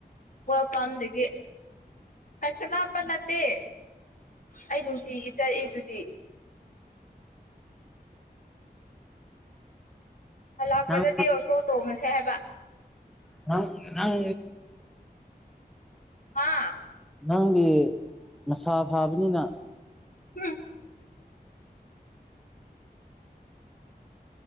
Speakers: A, on the left (about 55°); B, in the centre.
A: ꯋꯥꯜ ꯄꯝꯗꯒꯤ ꯐꯩꯁ ꯂꯞꯄ ꯅꯠꯇꯦ ꯑꯩ ꯅꯨꯡꯇꯤꯒꯤ ꯆꯠꯏꯗꯨꯗꯤ ꯂꯥꯛꯄꯗꯗꯤ
B: ꯅꯪ
A: ꯑꯣꯇꯣ ꯇꯣꯡꯉꯁꯦ ꯍꯥꯏꯕ
B: ꯅꯪ ꯅꯪ
A: ꯍꯥꯥ
B: ꯅꯪꯗꯤ ꯃꯁꯥ ꯐꯥꯕꯅꯤꯅ
A: ꯎꯝ